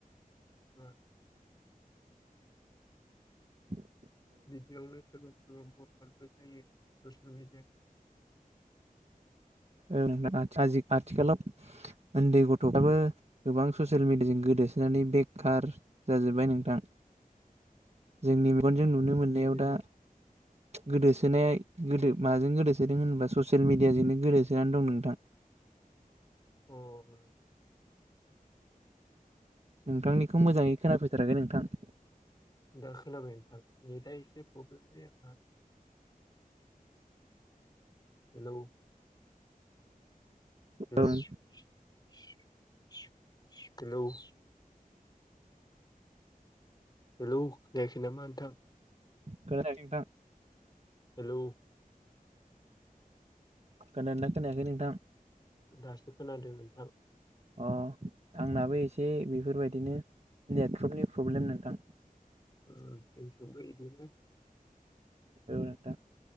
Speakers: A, on the left (about 25°); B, on the right (about 45°).
A: <unintelligible> <unintelligible> <inaudible>
B: <inaudible>
A: बिदियावनो सोरबा सोरबा भटान जायो ससियेल मिडियानि
B: ओ आजि आथिखालाव उन्दै गथ'फ्राबो गोबां ससियेल मिडियाजों गोदो सोनै बेखारार जाजोब्बाय नोंथां।
A: <inaudible>
B: जोंनि मेगनजों नुनो मोननायाव
A: जेरै
B: दा गोदो सोनाय गोदो माजों गोदो सोदों होनबा ससियेल मिडियाजोंनो गोदोसोनानै दं नोंथां।
A: <inaudible>
B: नोंथांनिखौ मोजाङै खोनाफैथाराखै नोंथां।
A: दा खोनाबाय नोंथां नेदा एसे problem <unintelligible> hello
B: <inaudible>
A: hello <inaudible> hello hello खोनायाखै नामा नोंथां?
B: खोनायाखै नोंथां।
A: हेलौ
B: खोनादों ना खोनायाखै नोंथां।
A: दासो खोनादों नोंथां।
B: अ आंनाबो एसे बेफोरबायदिनो नेटफ्रोमनि प्रब्लेम नोंथां।
A: जोंनिथिंबो इदिनो
B: औ नोंथां